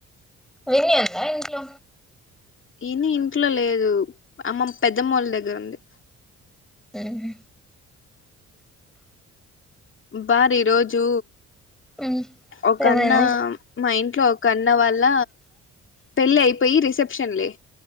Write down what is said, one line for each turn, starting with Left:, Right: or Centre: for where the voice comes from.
Centre: పోయినయా అంతా ఇంట్లో
Left: ఏని ఇంట్లో లేదు అమ్మ పెద్దమ్మ వాళ్ళ దగ్గరుంది
Centre: ఉహు
Left: బారి ఈరోజు
Centre: ఉమ్
Left: ఒకన్న
Centre: ఏమైంది
Left: మా ఇంట్లో ఒక అన్న వాల్ళ పెళ్లి అయిపోయి రిసెప్షన్లే